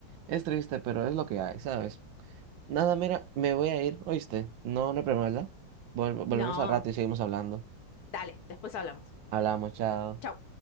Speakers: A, on the right; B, on the left.
A: Es triste, pero es lo que hay, ¿sabes? Nada, mira, me voy a ir, ¿oíste? No, no hay problema, ¿verdad? Vuelvo- volvemos
B: No,
A: al rato y seguimos hablando.
B: dale, después hablamos.
A: Hablamos, chao.
B: Chau.